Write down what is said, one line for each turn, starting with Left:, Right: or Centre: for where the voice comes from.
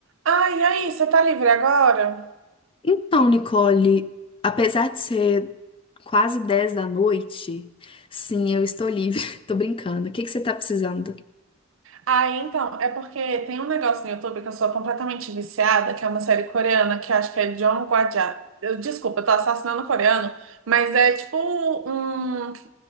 Right: Ah, e aí, você tá livre agora?
Left: Então, Nicole, apesar de ser quase 10 da noite, sim, eu estou livre. <laughs> Tô brincando. O que que você tá precisando?
Right: Ah, então, é porque tem um negócio no YouTube que eu sou completamente viciada, que é uma série coreana, que eu acho que é John Guajia. Eu, desculpa, eu tô assassinando coreano, mas é tipo um